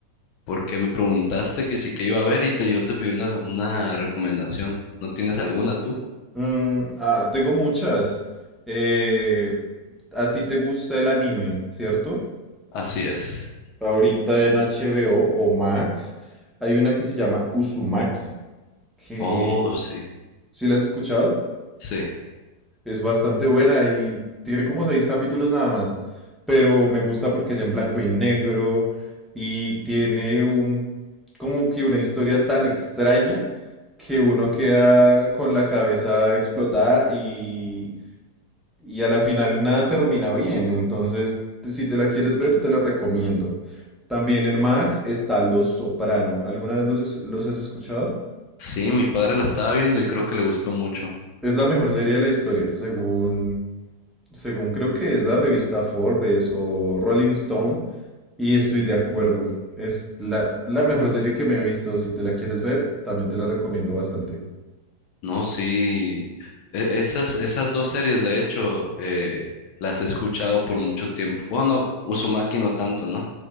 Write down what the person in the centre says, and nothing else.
Mm, ah, tengo muchas. Eh, a ti te gusta el anime, ¿cierto?
Ahorita en HBO o o Max hay una que se llama Uzumaki, que...
Sí.
¿Sí la has escuchado?
Es bastante buena y tiene como seis capítulos nada más, pero me gusta porque es en blanco y negro y tiene un como que una historia tan extraña que uno queda con la cabeza explotada y, y a la final nada termina bien. Entonces, si te la quieres ver, te la recomiendo. También en Max está Los Soprano. ¿Alguna vez los, es- los has escuchado?
Es la mejor serie de la historia, según Según creo que es la revista Forbes o Rolling Stone, y estoy de acuerdo. Es la, la mejor serie que me he visto. Si te la quieres ver, también te la recomiendo bastante.